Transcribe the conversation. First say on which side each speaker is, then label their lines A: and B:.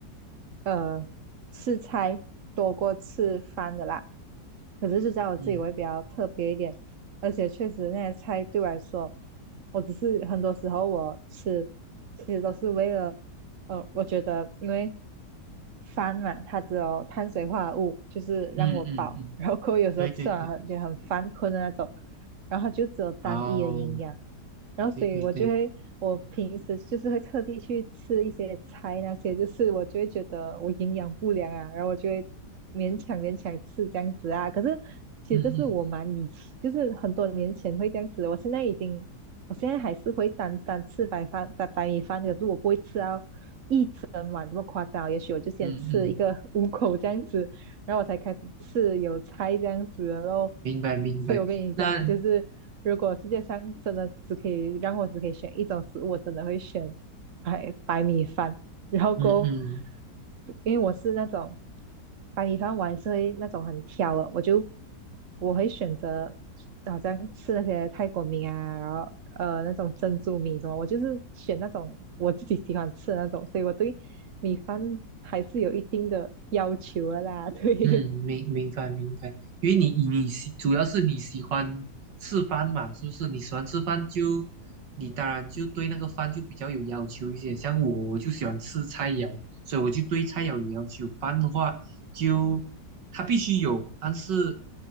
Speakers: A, on the right; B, on the right.
A: 呃，吃菜多过吃饭的啦。可是就在我自己会比较特别一点，
B: 嗯
A: 而且确实那些菜对我来说，我只是很多时候我吃，其实都是为了，呃，我觉得因为饭嘛，它只有碳水化合物，就是让我饱，
B: 嗯嗯嗯，
A: 然后过后有时候吃完了也很犯困的那种，
B: 对对对，
A: 然后它就只有单一的营养，
B: 哦，
A: 然后所以我就会，
B: 对对对，
A: 我平时就是会特地去吃一些菜那些，就是我就会觉得我营养不良啊，然后我就会勉强勉强吃这样子啊。可是其实这是我蛮以前，
B: 嗯嗯
A: 就是很多年前会这样子，我现在已经，我现在还是会单单吃白饭、白白米饭，可是我不会吃啊，整碗这么夸张，也许我就先吃一个五口这样子，
B: 嗯嗯，
A: 然后我才开始吃有菜这样子，然后，
B: 明白明白。
A: 所以我跟你讲，
B: 那
A: 就是如果世界上真的只可以让我只可以选一种食物，我真的会选白白米饭，然后够，
B: 嗯嗯
A: 因为我是那种白米饭我还是会那种很挑的，我就我会选择好像吃那些泰国米啊，然后呃那种珍珠米什么，我就是选那种我自己喜欢吃的那种，所以我对米饭还是有一定的要求的啦。<laughs> 对，
B: 嗯，明明白明白，因为你你喜主要是你喜欢吃饭嘛，是不是？你喜欢吃饭就，你当然就对那个饭就比较有要求一些。像我，我就喜欢吃菜肴，所以我就对菜肴有要求。饭的话，就它必须有，但是